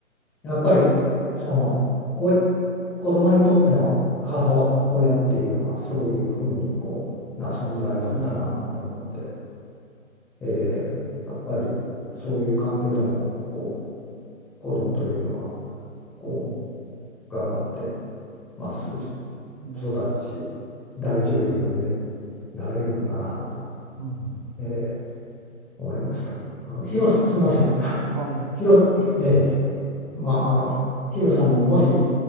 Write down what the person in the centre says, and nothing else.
やっぱりそのおい子供にとっての母親っていうのはそういうふうにこうな存在なんだなと思って、
えーやっぱりそういう環境でもこう子供というのはこ
う頑張ってまっすぐ
育ち大女優になれるんだなと、
えー思いました。あの広す、すいません。<laughs>
広、ええまあ、あのヒロさんももし